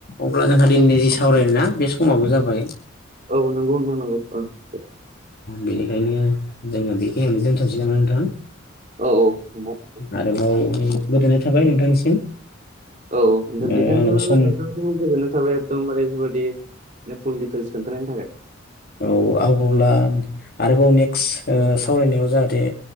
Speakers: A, on the left; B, on the right.
A: अब्ला जोंहा दिनैनि जि सावराय ना बे समाबो जाबाय
B: औ नोंगौ नोंथां नोंगौ ओ
A: बेनिखायनो जोङो बे <unintelligible> दोनथसै नामा नोंथां
B: औ औ नंगौ।
A: आरोबाव
B: औ
A: गोदोनाय थाबाय नोंथांनिसिम।
B: औ नोंथां
A: ओ
B: बिथांखौबो
A: आंनोबो सम
B: नोंथांखौ गोजोननाय थाबाय एकदमबारे बेफोरबायदि नो फुल डिटेल्स खोनथानायनि थाखाय।
A: औ आं बुब्ला आरोबाव नेक्स ओ सावरायनायाव जाहाथे